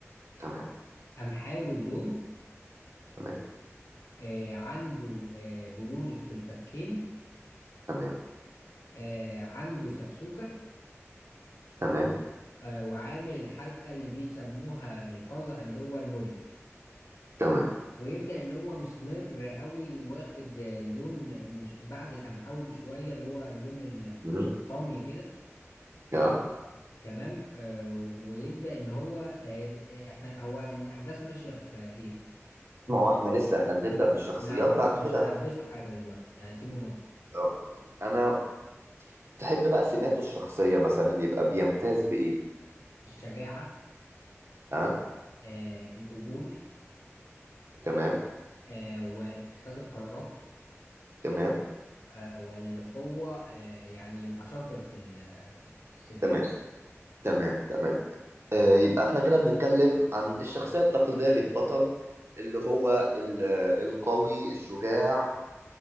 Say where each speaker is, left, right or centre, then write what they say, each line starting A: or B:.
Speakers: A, on the right (about 60°); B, on the left (about 80°).
A: تمام
B: قمحاوي اللون
A: تمام
B: آه عنده آه بروز في الفكين
A: تمام
B: آه عنده سكسوكة
A: تمام
B: آه وعامل الحلقة اللي بيسموها القزع اللي هو المولد
A: تمام
B: ويبدأ ان هو مسمر قوي واخد آه، لون مش بعد القمحاوي بشوية اللي هو اللون ال-
A: امم
B: الطمي كده
A: يا
B: تمام آه ويبدأ ان هو آه آه، احنا هو الاحداث ماشية في آه، ايه
A: ما هو احنا لسه احنا بنبدأ بالشخصيات
B: لا خلاص
A: بعد
B: مش
A: كده
B: هلبسه
A: ه-
B: حاجة دلوقتي يعني سيبه ملط
A: اه تمام انا تحب بقى سماته الشخصية مثلا يبقى بيمتاز بإيه؟
B: الشجاعة
A: أه
B: آه القبول
A: تمام
B: آه واتخاذ القرارات
A: تمام
B: آه والقوة آه يعني يبقى شاطر في ال- آه، السرير
A: تمام
B: يعني
A: تمام تمام آه يبقى احنا كده بنتكلم عن الشخصية التقليدية للبطل اللي هو ال- القوي الشجاع